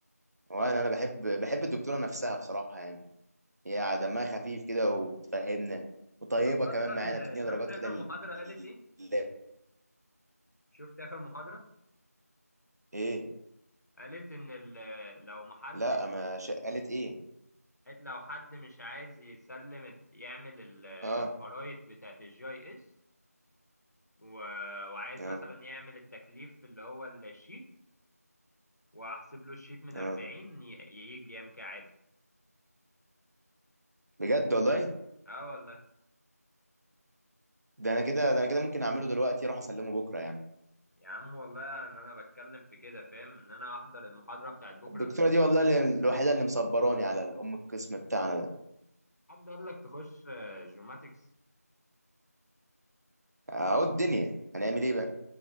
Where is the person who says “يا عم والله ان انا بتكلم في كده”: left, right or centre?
Left